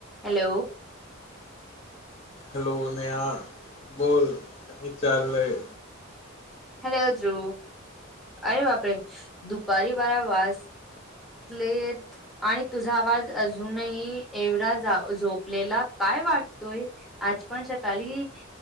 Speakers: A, in the centre; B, on the left (about 30°).
A: Hello
B: hello Neha बोल काही चालय
A: हॅलो द्रु अरे बापरे दुपारी बारा वास पलेेत आणि तुझा आवाज अजूनही एवढा झ झोपलेला काय वाटतोय आज पण सकाळी